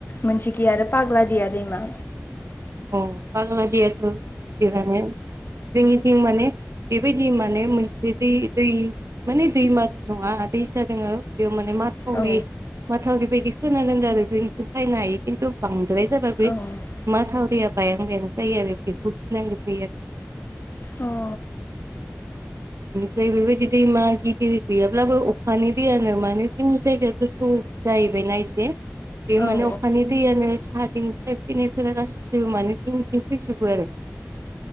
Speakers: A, on the left; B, on the right.
A: मोनसे गि आरो फाग्ला दिया दैमा
B: औ फाग्ला दिया गिदिरबानो जोंनिथिं माने बेबायदि माने मोनस्रि दै दै माने दैमा नंङा दैसा दोङो बेयाव माने माथ माथावरि
A: औ
B: माथावरि बायदि खोनागोनदों आरो जोंनिथिं फैनो हायो खिन्थु बांद्राय जाबा बे
A: औ अ
B: मा थावरिया बायां बायां जायो आरो बेखौ गिनांगौ जायो आरो
A: अ <unintelligible>
B: औ बेनिफ्राय बेबायदि दैमा गिदिर गैयाब्लाबो अखानि दैयानो मानो जोंनि जायगाया गोथौ जाहैबायना एसे बे माने
A: औ
B: अखानि दैयानो साहा दिं फैनायफोरा गासिबो मानै जोंनिथिं फैजोबो आरो